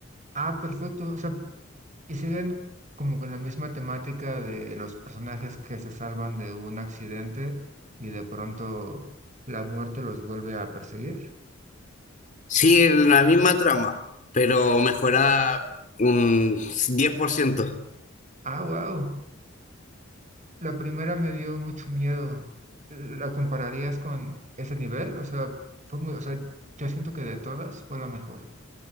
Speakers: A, on the right; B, on the left.
A: Ah, perfecto. O sea, y siguen como con la misma temática de los personajes que se salvan de un accidente y de pronto la muerte los vuelve a perseguir.
B: Sí, la misma trama, pero mejorada un 10%.
A: Ah, wow. La primera me dio mucho miedo. ¿La compararías con ese nivel? O sea, fue muy, o sea, yo siento que de todas fue la mejor.